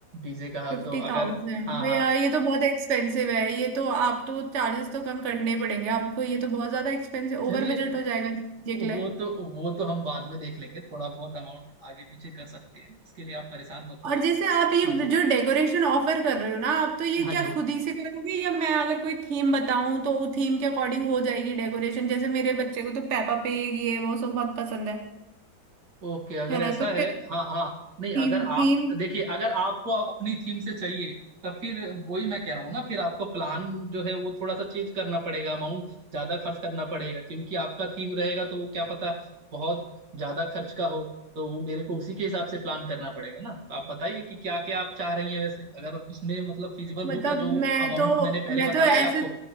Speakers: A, on the right; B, on the right.
A: डीजे का हाँ,
B: Fifty
A: तो अगर
B: thousand
A: हाँ
B: भैया
A: हाँ
B: ये तो बहुत एक्सपेंसिव है ये तो आप तो चार्जेस तो कम करने ही पड़ेंगे आपको ये तो बहुत ज्यादा एक्सपेंसिव
A: चलिए
B: ओवर बजट हो जाएगा डीजे
A: वो
B: के लिए
A: तो वो तो हम बाद में देख लेंगे थोड़ा बहुत अमाउंट आगे पीछे कर सकते हैं उसके लिए आप परेशान मत होइए
B: और जैसे आप ये
A: हाँ जी
B: जो डेकोरेशन ऑफर कर रहे हो ना आप तो ये
A: हाँ जी
B: क्या खुद ही से करोगे या मैं अगर कोई थीम बताऊं तो वो थीम के अकॉर्डिंग हो जाएगी डेकोरेशन जैसे मेरे बच्चे को तो पेपा पिग ये वो सब बहुत पसंद है
A: ओके अगर
B: है ना
A: ऐसा
B: तो
A: है
B: फिर
A: हाँ हाँ नहीं
B: थीम
A: अगर आप
B: थीम
A: देखिए अगर आपको अपनी थीम से चाहिए तब फिर वही मैं कह रहा हूँ ना फिर आपको प्लान जो है वो थोड़ा सा चेंज करना पड़ेगा अमाउंट ज्यादा खर्च करना पड़ेगा क्योंकि आपका थीम रहेगा तो वो क्या पता बहुत ज्यादा खर्च का हो तो वो मेरे को उसी के हिसाब से प्लान करना पड़ेगा ना तो आप बताइए कि क्या क्या आप चाह रही हैं वैसे अगर उसमें मतलब फिजिबल
B: मतलब
A: होगा जो
B: मैं
A: अमाउंट
B: तो
A: मैंने पहले
B: मैं
A: बताया
B: तो ऐसे
A: है आपको